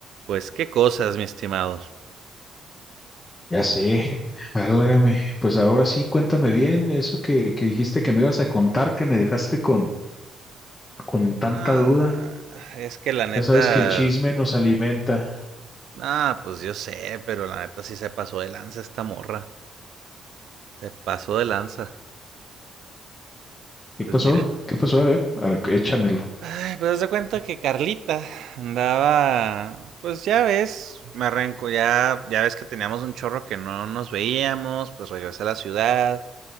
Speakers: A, on the right; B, on the left.
A: Pues qué cosas, mi estimado.
B: Ya sé, válgame. Pues ahora sí, cuéntame bien eso que, que dijiste que me ibas a contar, que me dejaste con, con tanta
A: No,
B: duda.
A: es que la neta,
B: Ya sabes que el chisme nos alimenta.
A: no, pues yo sé, pero la neta sí se pasó de lanza esta morra. Se pasó de lanza.
B: ¿Qué
A: Pues
B: pasó?
A: mira.
B: ¿Qué pasó? A ver, a ver, échamelo.
A: Ay, pues haz de cuenta que Carlita andaba, pues ya ves, me arranco, ya, ya ves que teníamos un chorro que no nos veíamos, pues regresé a la ciudad,